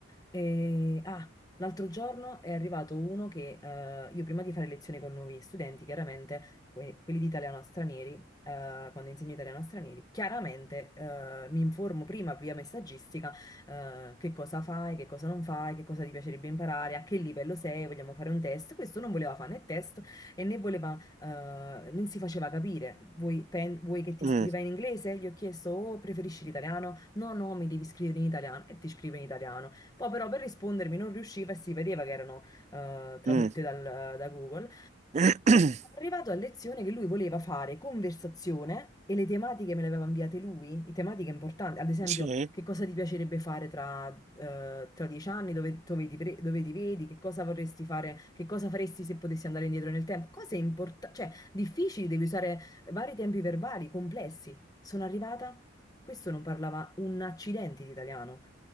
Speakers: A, on the left; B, on the right.
A: E, ah, l'altro giorno è arrivato uno che, eh, io prima di fare lezione con nuovi studenti, chiaramente, que- quelli di italiano a stranieri, eh, quando insegno italiano a stranieri, chiaramente eh, mi informo prima via messaggistica eh, che cosa fai, che cosa non fai, che cosa ti piacerebbe imparare, a che livello sei, vogliamo fare un test. Questo non voleva fare né test e né voleva, eh, non si faceva capire. Vuoi, pen- vuoi che ti
B: Mm.
A: scriva in inglese? Gli ho chiesto, oh, preferisci l'italiano? No, no, mi devi scrivere in italiano e ti scrive in italiano. Poi però per rispondermi non riusciva e si vedeva che erano eh, tradotte
B: Mm.
A: dal- da Google.
B: <clears throat>
A: Arrivato a lezione che lui voleva fare conversazione e le tematiche me le aveva inviate lui, i tematiche importanti, ad esempio
B: Sì,
A: che cosa ti piacerebbe fare tra, eh, tra dieci anni, dove, dove ti, pre- dove ti vedi, che cosa vorresti fare, che cosa faresti se potessi andare indietro nel tempo, cose importanti, cioè difficili, devi usare vari tempi verbali complessi. Sono arrivata, questo non parlava un accidente di italiano,